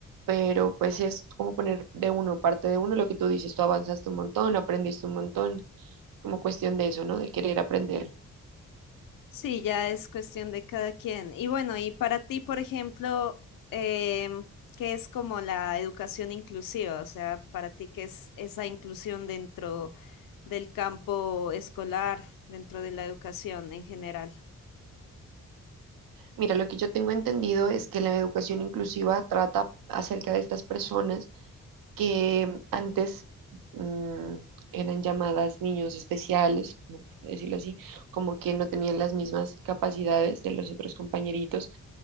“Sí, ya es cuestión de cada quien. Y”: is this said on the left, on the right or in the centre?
Left